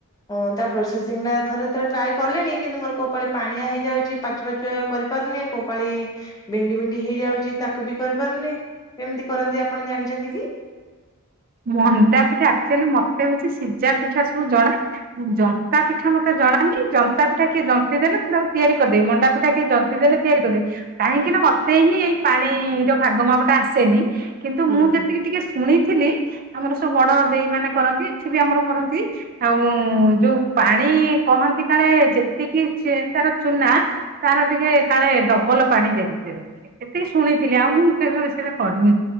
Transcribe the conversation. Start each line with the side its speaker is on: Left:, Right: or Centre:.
Left: କଣ ତା ପ୍ରୋସେସିଂ ଟା ଥରେ ଦିଥର ଟ୍ରାଏ କଲିଣି କିନ୍ତୁ ମୋର କୋଉ ପାଳି ପାଣିଆ ହେଇଯାଉଚି। ପାଚୁ ପାଚୁଆ କରିପାରୁନି କୋଉ ପାଳି ବିଣ୍ଡି ବିଣ୍ଡି ହେଇଯାଉଛି ତାକୁ ବି କରିପାରୁନି କେମତି କରନ୍ତି ଆପଣ ଜାଣିଛନ୍ତି କି?
Right: ମଣ୍ଡା ପିଠା ଆକ୍ଚୁଆଲି ମତେ ହଉଛି ସିଜା ପିଠା ସବୁ ଜଣା ଜନ୍ତା ପିଠା ମତେ ଜଣା ନାହିଁ ଜନ୍ତା ପିଠା କିଏ ଜି ଦେଲେ ମୁଁ ତାକୁ ତିଆରି କରିଦେବି ମଣ୍ଡାପିଠା କିଏ ଜନ୍ତି ଦେଲେ ତିଆରି କରିଦେବି। କାହିଁକି ନା ମତେ ହିଁ ଏଇ ପାଣି ର ଭାଗ ମାପଟା ଆସେନି। କିନ୍ତୁ
Left: ହୁଁ
Right: ମୁଁ ଯେତିକି ଟିକେ ଶୁଣିଥିଲି ଆମର ସବୁ ବଡ ଦେଇ ମାନେ କରନ୍ତି ଇଠି ବି ଆମର କରନ୍ତି ଆଉ ଉଁ ଯୋଉ ପାଣି କହନ୍ତି କାଳେ ଯେତିକି ଯେ ତାର ଚୁନା ତାର ଟିକେ କାଳେ ଡବଲ ପାଣି ଦିଆଯାଏ ସେମତି। ଏତିକି ଶୁଣିଥିଲି ଆଉ ମୁଁ କେବେବି ସେଟା କରିନି।